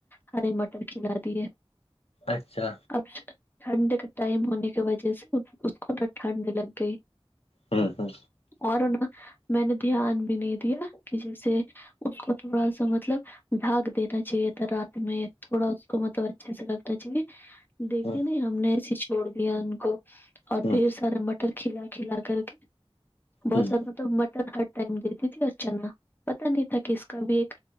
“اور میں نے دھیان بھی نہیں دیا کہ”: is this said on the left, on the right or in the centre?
Left